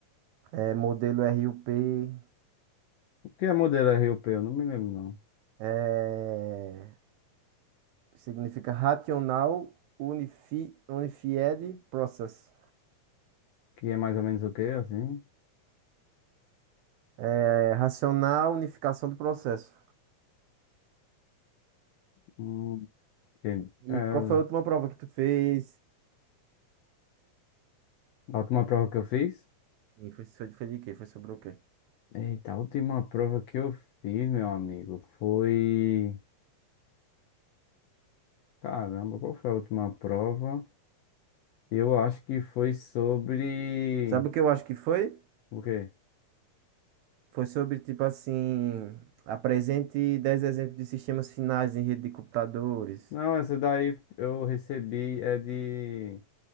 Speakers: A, on the right; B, on the left.
A: É, modelo RUP.
B: O que é modelo RUP? Eu não me lembro, não.
A: É, significa racional unifi, unified process.
B: Que é mais ou menos o quê, assim?
A: É, racional unificação do processo.
B: Hum, entendi.
A: E
B: É,
A: qual foi a última prova que tu fez?
B: a última prova que eu fiz?
A: E foi, foi, foi de quê? Foi sobre o quê?
B: Eita, a última prova que eu fiz, meu amigo, foi... Caramba, qual foi a última prova? Eu acho que foi sobre...
A: Sabe o que eu acho que foi?
B: O quê?
A: Foi sobre, tipo assim, apresente 10 exemplos de sistemas finais em rede de computadores.
B: Não, essa daí eu recebi é de...